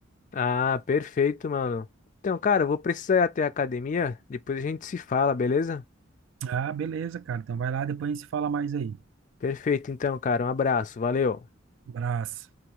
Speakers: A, on the left (about 40°); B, on the right (about 70°).
A: Ah, perfeito, mano. Então, cara, eu vou precisar ir até a academia. Depois a gente se fala, beleza?
B: Ah, beleza, cara. Então vai lá, depois a gente se fala mais aí.
A: Perfeito, então, cara. Um abraço. Valeu.
B: Abraço.